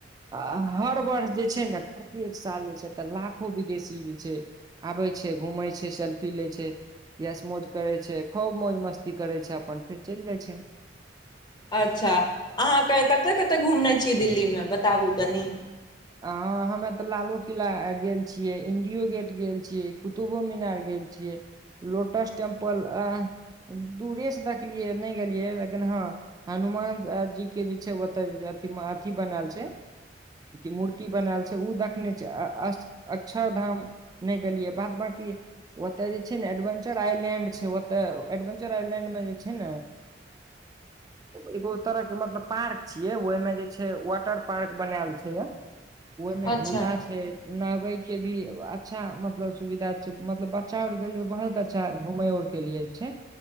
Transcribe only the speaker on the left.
अच्छा अहाँकेँ कतय कतय घुमने छियै दिल्लीमे बताबू कनि।
अच्छा